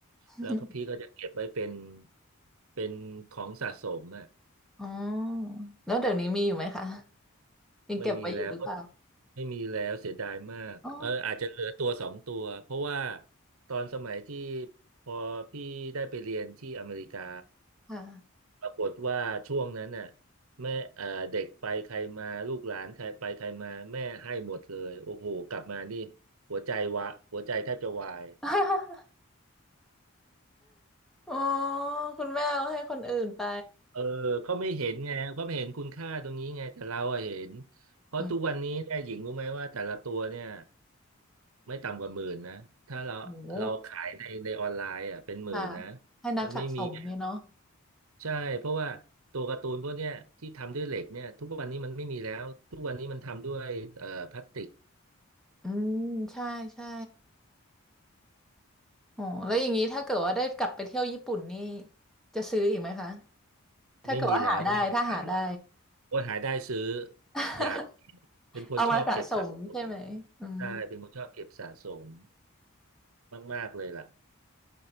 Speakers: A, in the centre; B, on the right.
A: <laughs>
B: แล้วก็พี่ก็จะเก็บไว้เป็นเป็นของสะสมอ่ะ
A: อ๋อแล้วเดี๋ยวนี้มีอยู่ไหมคะยังเก็บไว้อยู่หรือเปล่า
B: ไม่มีแล้วไม่มีแล้วเสียดายมากเอออาจจะเหลือตัวสองตัวเพราะว่า
A: อ๋อ
B: ตอนสมัยที่พอพี่ได้ไปเรียนที่อเมริกา
A: ค่ะ
B: ปรากฏว่าช่วงนั้นน่ะแม่เอ่อเด็กไปใครมาลูกหลานใครไปใครมาแม่ให้หมดเลยโอ้โหกลับมานี่หัวใจวะหัวใจแทบจะวาย
A: <laughs> อ๋อคุณแม่เอาให้คนอื่นไป
B: เออเขาไม่เห็นไงเขาไม่เห็นคุณค่าตรงนี้ไงแต่เราอะเห็นเพราะทุกวันนี้เนี่ยหญิงรู้ไหมว่าแต่ละตัวเนี่ย
A: อืม
B: ไม่ต่ำกว่าหมื่นนะถ้าเราเราขายในในออนไลน์อ่ะเป็นหมื่นนะ
A: โหค่ะให้นักสะสมเลยเนาะ
B: มันไม่มีอะใช่เพราะว่าตัวการ์ตูนพวกเนี้ยที่ทำด้วยเหล็กเนี่ยทุกวันนี้มันไม่มีแล้วทุกวันนี้มันทำด้วยเอ่อพลาสติก
A: อืมใช่ใช่อ๋อแล้วอย่างนี้ถ้าเกิดว่าได้กลับไปเที่ยวญี่ปุ่นนี่จะซื้ออีกไหมคะถ้าเกิดว่าหาได้ถ้าหาได้
B: ไม่มีแล้วก็ไม่มีขายแล้วคนหายได้ซื้อ
A: <laughs>
B: อยากเป็นคนชอบเก็บสะสม
A: เอามาสะสมใช่ไหมอืม
B: ใช่เป็นคนชอบเก็บสะสมมากๆเลยล่ะ